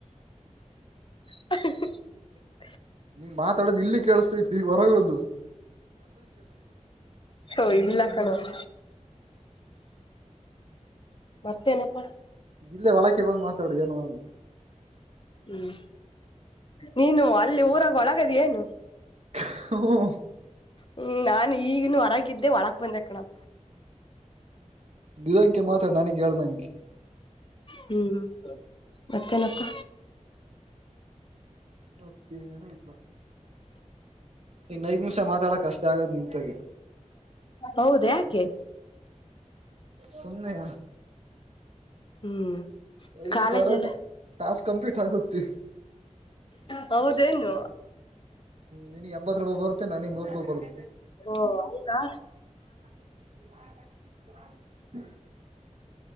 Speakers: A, on the left; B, on the right.
A: <inaudible>
B: ನೀ ಮಾತಾಡದ್ ಇಲ್ಲಿಗ್ ಕೇಳಿಸತೈತಿ ಹೊರಗದ್ದು.
A: ತೊ ಇಲ್ಲ ಕಣೊ. <inaudible> ಮರ್ತೇನಪ್ಪಾ
B: ಇಲ್ಲ ವಳಕೆ ಬಂದ್ ಮಾತಾಡು ಏನು ಆಗಲ್ಲ.
A: ಹ್ಮ್ ನೀನು ಅಲ್ಲಿ ಊರಾಗ ಒಳಗದಿ ಏನು.
B: ಹ್ಮ
A: ಹ್ಮ್ ನಾನ್ ಈಗಿನ್ನು ಹೊರಗಿದ್ದೆ ಒಳಕ್ ಬಂದೆ ಕಣಪ್ಪ.
B: ನಿದಾನುಕೆ ಮಾತಾಡ ನನಗ್ ಹೇಳ್ದಂಗೆ.
A: ಹ್ಮ್ ಮತ್ತೆನಪ್ಪ
B: ಮತ್ತೇನು ಇಲ್ಲ ಇನ್ ಐದ್ ನಿಮಿಷ ಮಾತಾಡಕ ಅಷ್ಟ ಆಗದ್ ನಿಂತಗೆ.
A: ಹೌದ ಯಾಕೆ
B: ಸುಮ್ನೆ
A: ಹ್ಮ್
B: ಐದ್
A: ಕಾಲೇಜ್
B: ನಿಮಿಷ ಅರಾಟೆ
A: ಎಲ್ಲ
B: ಟಾಸ್ಕ್ ಕಂಪ್ಲಿಟ್ ಆಗುತ್ತೆ.
A: ಹೌದೇನು
B: ನಿನಗ್ ಎಪತ್ ರೂಪಾಯ್ ಬರುತ್ತೆ ನನಗ್ ನೂರು ರೂಪಾಯಿ ಬರುತ್ತೆ.
A: ಓ ಹಂಗಾ
B: <inaudible>